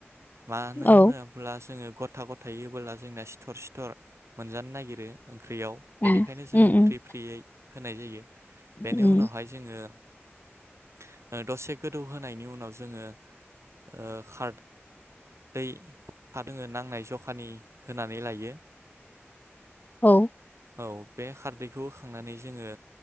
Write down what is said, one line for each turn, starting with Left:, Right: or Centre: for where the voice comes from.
Right: मानो
Left: औ
Right: होनोब्ला जोङो गथ गथा-गथायै होबोला जोंनिया सिथर सिथर मोनजानो नागिरो ओं ख्रियाव
Left: उम
Right: बेनिखायनो जोङो
Left: उम
Right: फ्रि फ्रियै होनाय जायो बेनि
Left: उम
Right: उनावहाय
Left: उम
Right: जोङो ओ दसे गोदौ होनायनि उनाव जोङो ओ खारदै दोङो नांनाय जखानि होनानै लायो
Left: औ
Right: औ बे खारदैखौ होखांनानै जोङो